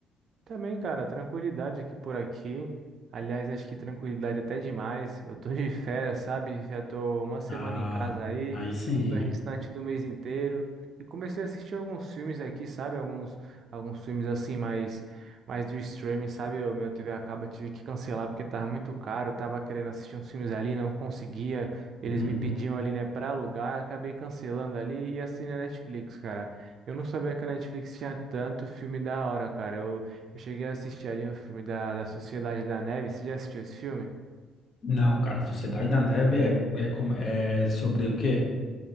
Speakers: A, on the right; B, on the left.
A: Também, cara, tranquilidade aqui por aqui. Aliás, acho que tranquilidade até demais. Eu tô <laughs> de férias, sabe? Já tô uma semana
B: Ah,
A: em casa aí,
B: aí sim.
A: o restante do mês inteiro. E comecei a assistir alguns filmes aqui, sabe? Alguns, alguns filmes assim, mais, mais do streaming, sabe? O meu TV acaba, eu tive que cancelar porque tava muito caro. Eu tava querendo assistir uns filmes ali, não conseguia. Eles
B: Uhum.
A: me pediam ali, né, pra alugar. Acabei cancelando ali e assinei a Netflix, cara. Eu não sabia que a Netflix tinha tanto filme da hora, cara. Eu eu cheguei a assistir ali um filme da, da Sociedade da Neve. Você já assistiu esse filme?
B: Não, cara, Sociedade da Neve é, é, como- é sobre o quê?